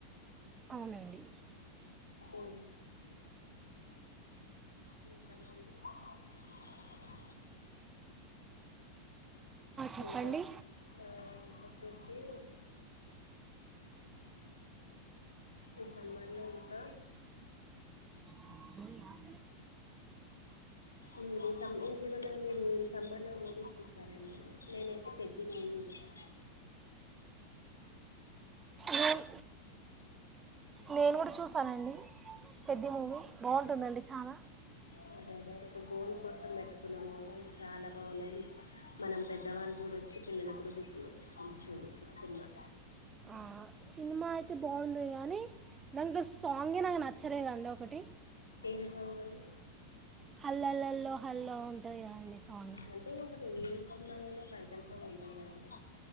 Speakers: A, on the right (about 20°); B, on the left (about 75°).
A: అవునండి
B: ఉ మ
A: చెప్పండి
B: ఇంక ఆ వచ్చేసి ఈ సమ్మర్లో ఇంక
A: <unintelligible>
B: మీరు సమ్ ఇంంతేదన్నా మీరు ఈ సమ్మర్లో మూవీస్ చూసారండి నేనైతే పెద్ది మూవీ చూశాను
A: నేను నేను కూడ చూసానండి పెద్ధి మూవీ బాగుంటుందండి చాల
B: అదేదె అదె ఇక్కడ గోల్ కోసం పెట్టుకున్నాము అే చాలా బాగుంది అది మనం పెద్దవాళ్ళు చూడ వచ్చి పిల్లలకు కూడా చూపియచ్చు మంచిగుంది హిట్ సినిమా
A: అ సినిమా అయితే బాగుంది కానీ దాంట్లో సాంగే నాకు నచ్చలేదండి ఒకటి
B: ఏం సాంగ్ అండి
A: హల్లల్లో హల్లో ఉంటది కదండి సాంగ్
B: అంటే ఒక టీవీ సినిమాలోయినా ఒక ఐటల్స్ సాంగ్ ఉంటాయ్ కదండి